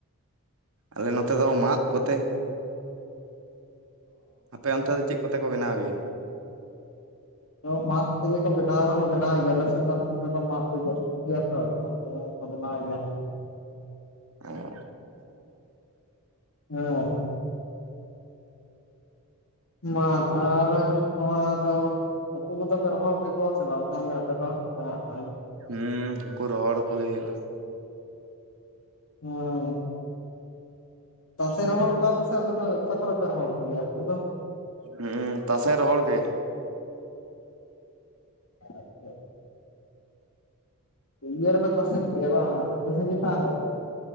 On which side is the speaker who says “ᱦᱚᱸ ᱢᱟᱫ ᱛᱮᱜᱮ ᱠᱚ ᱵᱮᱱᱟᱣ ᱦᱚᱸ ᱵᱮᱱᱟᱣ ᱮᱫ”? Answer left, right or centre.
Left